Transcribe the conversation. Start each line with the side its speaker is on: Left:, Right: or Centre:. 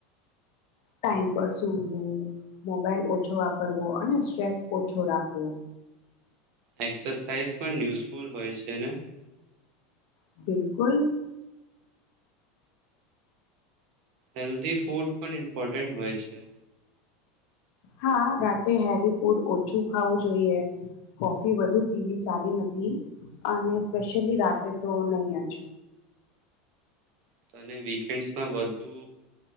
Left: ટાઈમ પર સુવો, મોબાઈલ ઓછો વાપરવો અને સ્ટ્રેસ ઓછો રાખવો.
Right: એક્સરસાાઈઝ પણ યુઝફુલ હોય છે ને?
Left: બિલકુલ.
Right: હેલ્દી ફૂડ પણ ઇમ્પોર્ટન્ટ હોય છે.
Left: હા રાતે હેવી ફૂડ ઓછું ખાવું જોઈએ કોફી વધુ પીવી સારી નથી અને સ્પેશિયલી રાતે તો નહી જ.
Right: તને વીકેન્ડમાં વધુ